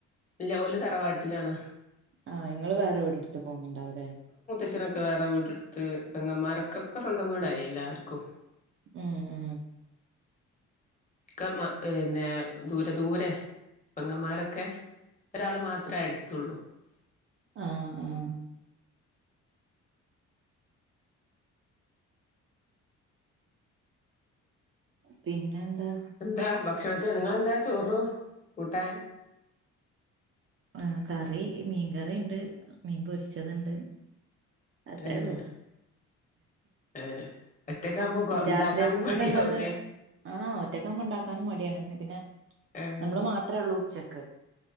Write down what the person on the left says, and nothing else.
അല്ല ഓല് തറവാട്ടിലാണ്
അച്ഛനൊക്കെ വേറെ വീടെടുത്ത് പെങ്ങമാര്ക്കൊക്കെ സ്വന്തം വീടായി എല്ലാർക്കും
ക്കെ പിന്നെ ദൂരെ ദൂരെ പെങ്ങൻമ്മാരൊക്കെ- ഒരാള് മാത്രേ അടുത്തുള്ളൂ
എന്താ ഭക്ഷണത്തി നിങ്ങളെന്താ ചോറു കൂട്ടാൻ
ഏഹ്
ഏഹ് ഒറ്റക്കാവുമ്പോ കൊ ഇണ്ടാക്കാനും
മടിയാവൂലേ
ആഹ്